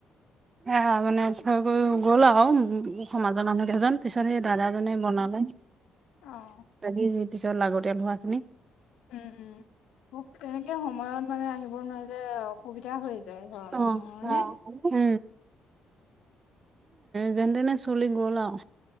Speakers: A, on the right; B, on the left.
A: এয়া মানে ওচৰ গৈ গ'ল আৰু সমাজৰ মানুহ কেইজন। পিছত সেই দাদাজনে বনালে বাকী
B: অ',
A: যি পিছত লাগতিয়াল হোৱা খিনি।
B: উম উম মোক তেনেকে সময়ত মানে আহিব নোৱাৰিলে অসুবিধা হৈ যায়। ঘৰৰ মানুহৰ
A: অঁ
B: হয়নে?
A: অঁ উমঁ। যেনে তেনে চলি গ'ল আও।